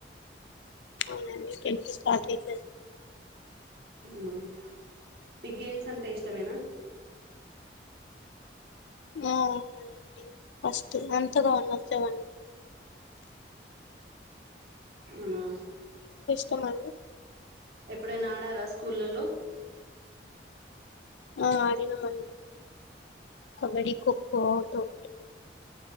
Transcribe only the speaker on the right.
మ్మ్ మీకు గేమ్స్ అంటే ఇష్టమేనా
అవునా
ఎప్పుడైనా ఆడారా స్కూళ్ళల్లో